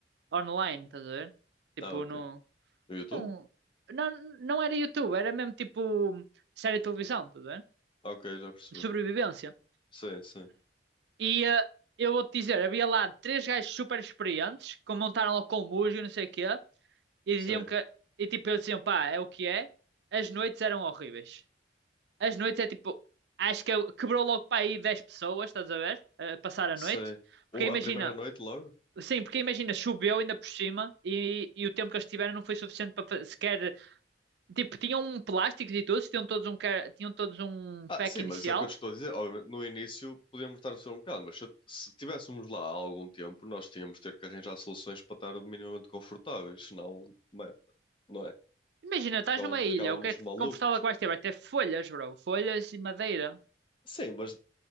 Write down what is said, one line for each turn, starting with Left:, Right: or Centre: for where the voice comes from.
Right: online, estás a ver? Tipo,
Left: Ah, ok.
Right: no.
Left: No YouTube?
Right: Não, não, não era YouTube, era mesmo tipo série de televisão, estás a ver?
Left: Ok, já percebi.
Right: De sobrevivência.
Left: Sim, sim.
Right: E ah, eu vou-te dizer, havia lá três gajos super experientes que montaram lá com música e não sei o quê. E
Left: Sim,
Right: diziam que. E tipo, eles diziam, pá, é o que é. As noites eram horríveis. As noites é tipo. Acho que eu- quebrou logo para aí 10 pessoas, estás a ver? A passar a
Left: sim.
Right: noite.
Left: Ou
Right: Porque imagina.
Left: a primeira noite logo?
Right: Sim, porque imagina, choveu ainda por cima e, e o tempo que eles tiveram não foi suficiente para fa- sequer. Tipo, tinham um plástico e todos, tinham todos um, ca- tinham todos um
Left: Ah,
Right: pack
Left: sim,
Right: inicial.
Left: mas isso é o que eu te estou a dizer. Obviamente, no início podíamos estar a sofrer um bocado, mas se, se tivéssemos lá há algum tempo, nós tínhamos de ter que arranjar soluções para estar minimamente confortáveis, senão, ma- não é?
Right: Imagina, estás
Left: Ficávamos
Right: numa ilha,
Left: ficávamos
Right: o que é que
Left: malucos.
Right: confortável que vais ter? Vai ter folhas, bro. Folhas e madeira.
Left: Sim, mas